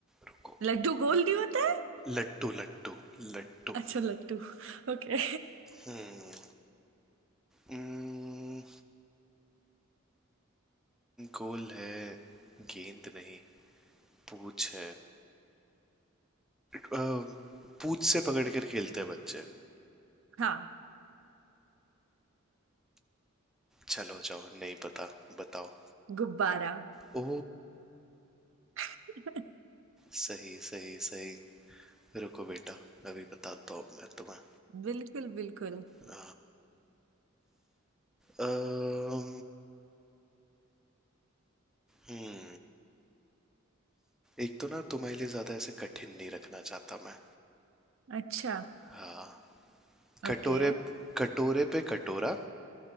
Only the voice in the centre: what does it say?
रुको
लट्टू लट्टू लट्टू
हम्म हम्म, गोल है गेंद नहीं पूछ है अ, पूछ से पकड़ कर खेलते हैं बच्चे
चलो जाओ नहीं पता बताओ
ओ
सही सही सही रुको बेटा अभी बताता हूँ मैं तुम्हें
अ, अम, हम्म एक तो ना तुम्हारे लिए ज्यादा ऐसे कठिन नहीं रखना चाहता मैं
हाँ कटोरे
कटोरे पे कटोरा